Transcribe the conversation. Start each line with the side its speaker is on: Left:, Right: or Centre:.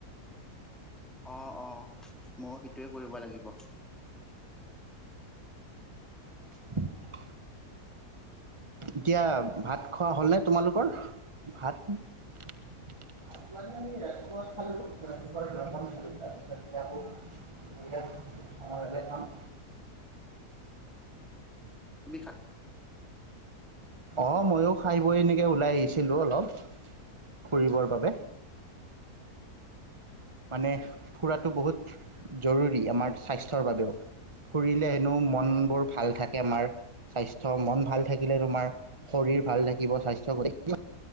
Centre: অ' অ' ময়ো হিত টোৱে কৰিব লাগিব।
Right: টক্ এতিয়া ভাত খোৱা হ'লনে তোমালোকৰ? ভাত ভাতটো আমি ৰাতিপুৱা খালো, ৰাতিপুৱাৰ জলপান খালো তাৰপিছত এতিয়া আকৌ দুপৰীয়া আমাৰ ইয়াতে খাম।
Centre: তুমি খা
Right: অ, ময়ো খা খাই বৈ এনেকৈ ওলাই আহিছিলোঁ অলপ, ফুৰিবৰ বাবে! মানে ফুৰাটো বহুত জৰুৰী আমাৰ স্বাস্থ্যৰ বাবেও, ফুৰিলে হেনো মনবোৰ ভাল থাকে আমাৰ। স্বাস্থ্য মন ভাল থাকিলে তোমাৰ শৰীৰ ভাল থাকিব স্বাস্থ্য গতি